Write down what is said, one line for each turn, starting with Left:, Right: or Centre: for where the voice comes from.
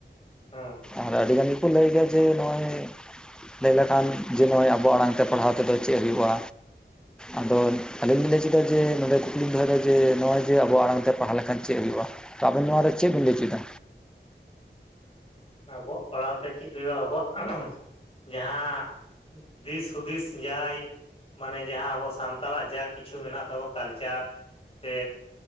Left: ᱦᱮᱸ
Centre: ᱟᱨ ᱟᱹᱰᱤ ᱜᱟᱱ ᱜᱮᱠᱚ ᱞᱟᱹᱭ ᱜᱮᱭᱟ ᱡᱮ ᱱᱚᱜ-ᱚᱭ ᱞᱟᱹᱭ ᱞᱮᱠᱷᱟᱱ ᱡᱮ ᱱᱚᱜ-ᱚᱭ ᱟᱵᱚᱣᱟᱜ ᱟᱲᱟᱝ ᱛᱮ ᱯᱟᱲᱦᱟᱣ ᱛᱮᱫᱚ ᱪᱮᱫ ᱦᱩᱭᱩᱜᱼᱟ᱾ ᱟᱫᱚ ᱟᱹᱞᱤᱧ ᱫᱚ ᱞᱤᱧ ᱞᱟᱹᱭ ᱩᱪᱩᱭ ᱫᱟ ᱡᱮ ᱱᱚᱰᱮ ᱠᱩᱠᱞᱤ ᱞᱤᱧ ᱫᱚᱦᱚᱭ ᱫᱟ ᱡᱮ ᱱᱚᱜ-ᱚᱭ ᱡᱮ ᱟᱵᱚ ᱟᱲᱟᱝ ᱛᱮ ᱯᱟᱲᱦᱟᱣ ᱞᱮᱠᱷᱟᱱ ᱪᱮᱫ ᱦᱩᱭᱩᱜᱼᱟ? ᱛᱚ ᱟᱵᱮᱱ ᱱᱚᱣᱟ ᱨᱮ ᱪᱮᱫ ᱵᱮᱱ ᱞᱟᱹᱭ ᱚᱪᱚᱭ ᱫᱟ?
Left: ᱟᱵᱚᱣᱟᱜ ᱯᱟᱲᱦᱟᱣ ᱛᱮ ᱪᱤᱫ ᱦᱩᱭᱩᱜᱼᱟ ᱟᱵᱚᱣᱟᱜ ᱡᱟᱦᱟᱸ ᱫᱤᱥ ᱦᱩᱫᱤᱥ ᱡᱟᱭ ᱢᱟᱱᱮ ᱡᱟᱦᱟᱸ ᱟᱵᱚ ᱥᱟᱱᱛᱟᱲᱟᱜ ᱡᱟ ᱠᱤᱪᱷᱩ ᱢᱮᱱᱟᱜ ᱛᱟᱵᱚ ᱠᱟᱞᱪᱟᱨ ᱥᱮ